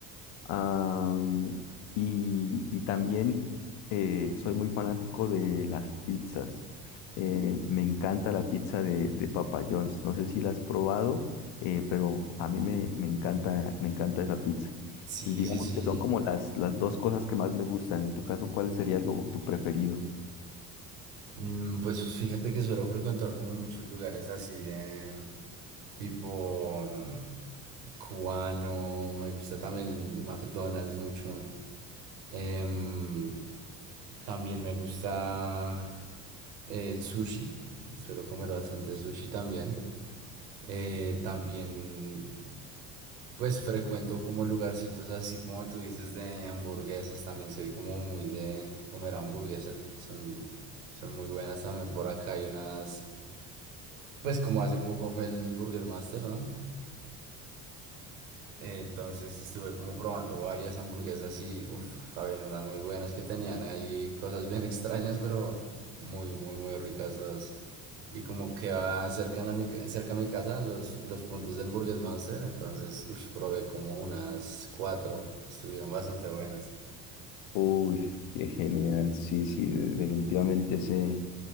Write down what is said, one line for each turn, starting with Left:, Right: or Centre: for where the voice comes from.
Left: Am, y, y también eh, soy muy fanático de las pizzas. Eh, me encanta la pizza de, de Papa John's. No sé si la has probado, eh, pero a mí me, me encanta, me encanta esa pizza.
Right: Sí,
Left: Digamos
Right: sí, sí.
Left: que son como las, las dos cosas que más me gustan. En tu caso, ¿cuál sería lo, tu preferido?
Right: Mm, Pues fíjate que suelo frecuentar como muchos lugares así de tipo mm, cubano, me gusta también McDonald's mucho. Em, también me gusta el sushi, suelo comer bastante sushi también. Eh, también, pues frecuento como lugarcitos así como tú dices de hamburguesas, también soy como muy de comer hamburguesas, son, son muy buenas también por acá, hay unas, pues como hace poco fue el Burger Master, ¿no? Eh, entonces estuve como probando varias hamburguesas y, uff, habían unas muy buenas que tenían ahí cosas bien <laughs> extrañas, pero muy, muy, muy ricas todas. y como queda cerca a mi, ca- cerca a mi casa los, los puntos del Burgers Master, entonces ush, probé como unas cuatro, estuvieron bastante buenas.
Left: Uy, qué genial. Sí, sí, de- definitivamente ese,